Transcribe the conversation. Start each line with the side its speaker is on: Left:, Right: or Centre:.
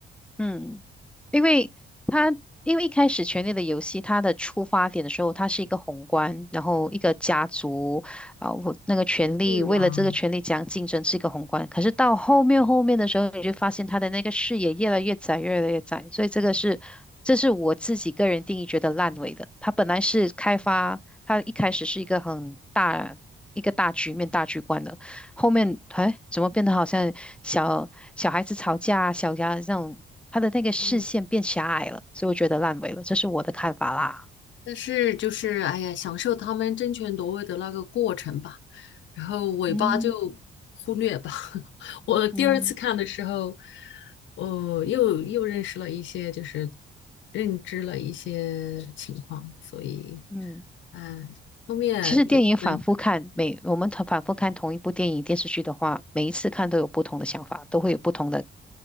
Centre: 嗯，因为他因为一开始《权力的游戏》它的出发点的时候，它是一个宏观，然后一个家族啊，我那个权力为了这个权力讲竞争是一个宏观，
Left: 欲望啊，
Centre: 可是到后面后面的时候，你就发现他的那个视野越来越窄，越来越窄，所以这个是这是我自己个人定义觉得烂尾的。
Left: 嗯
Centre: 它本来是开发，它一开始是一个很大一个大局面大局观的。后面哎，怎么变得好像小小孩子吵架、小家这种，他的那个视线变狭隘了，
Left: 嗯。
Centre: 所以我觉得烂尾了，这是我的看法啦。
Left: 但是就是哎呀，享受他们争权夺位的那个过程吧，然后尾巴就忽略吧。
Centre: 嗯
Left: <laughs> 我第二次看的时候，
Centre: 嗯
Left: 我又又认识了一些，就是认知了一些情况，所以，
Centre: 嗯，
Left: 哎，后面有我们
Centre: 其实电影反复看，每我们同反复看同一部电影电视剧的话，每一次看都有不同的想法，都会有不同的